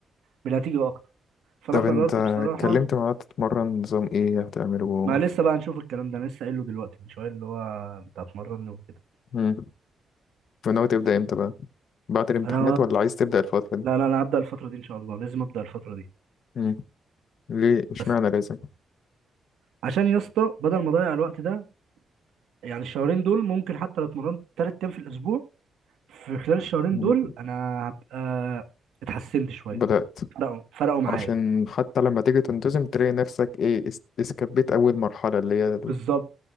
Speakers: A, on the right; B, on the left.
A: بنتيجه اكتر فانا
B: طب
A: قررت
B: انت اتكلمت
A: بصراحه
B: معاه تتمرن نظام ايه هتعمله
A: ما لسه بقى نشوف الكلام ده انا لسه قايله دلوقتي من شويه اللي هو انت هتمرني وكده
B: مم. وناوي تبدأ امتى بقى بعد الامتحانات
A: انا
B: ولا عايز تبدأ الفترة دي
A: لا لا انا هبدا الفتره دي ان شاء الله لازم ابدا الفتره دي
B: مم. ليه اشمعنى
A: بس
B: لازم
A: عشان يا اسطى بدل ما اضيع الوقت ده يعني الشهرين دول ممكن حتى لو اتمرنت ثلاث ايام في الاسبوع في خلال الشهرين
B: مم.
A: دول انا هبقى اتحسنت شويه
B: بدأت
A: فرقوا فرقوا معايا
B: عشان حتى لما تيجي تنتظم تلاقي نفسك ايه اس- اسكبيت أول مرحلة اللي هي ال-
A: بالظبط